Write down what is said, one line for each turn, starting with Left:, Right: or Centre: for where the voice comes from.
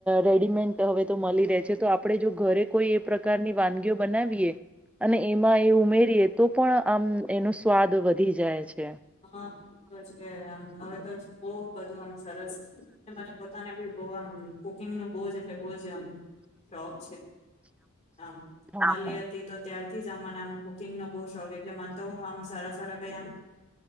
Centre: રેડીમેન્ટ હવે તો મળી રહે છે તો આપણે જો ઘરે કોઈ એ પ્રકારની વાનગીઓ બનાવીએ અને એમાં એ ઉમેરીએ તો પણ આમ એનો સ્વાદ વધી જાય છે
Left: હા એ તો છે આમ હવે તો બહ <inaudible> સરસ મને પોતાને બી બ આ કુકિંગ નું બહ જ બહ જમ શોક મ
Centre: હા
Left: નલી
Centre: હા
Left: હતી તો ત્યાર મને આમ કુકિંગ નો બહુ શોખ એટલે મન તો હું આમ સારા સારા કઈ આમ